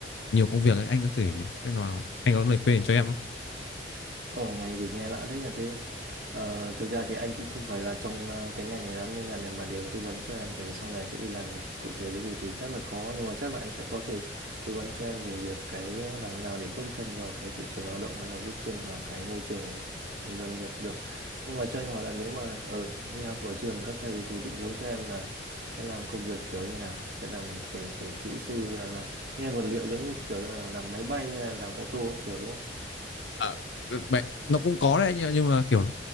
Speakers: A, on the left; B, on the right.
A: nhiều công việc ấy, anh có thử xem nào anh có lời khuyên cho em không
B: Ồ ngành gì nghe lạ thế nhỉ thế ờ, thực ra thì anh cũng không phải là trong ờ, cái ngành này lắm nên là để mà để tư vấn cho em về sau này sẽ đi làm cụ thể cái gì thì chắc là khó nhưng mà chắc là anh sẽ có thể tư vấn cho em về việc cái làm nào để bước chân vào cái thị trường lao động hay là bước chân vào cái môi trường doanh nghiệp được nhưng mà cho anh hỏi là nếu mà ở đi học ở trường các thầy thì định hướng cho em là sẽ làm công việc kiểu như nào sẽ làm về về kỹ sư hay là nghe vật liệu giống như kiểu là làm máy bay hay là làm ô tô kiểu đúng không?
A: Ờ, vậy nó cũng có đấy nhưng nhưng mà kiểu